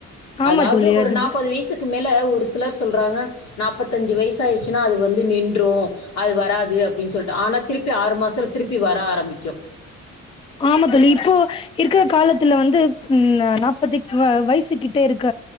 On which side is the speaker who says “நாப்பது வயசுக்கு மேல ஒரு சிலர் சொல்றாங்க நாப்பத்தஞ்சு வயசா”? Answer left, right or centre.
Left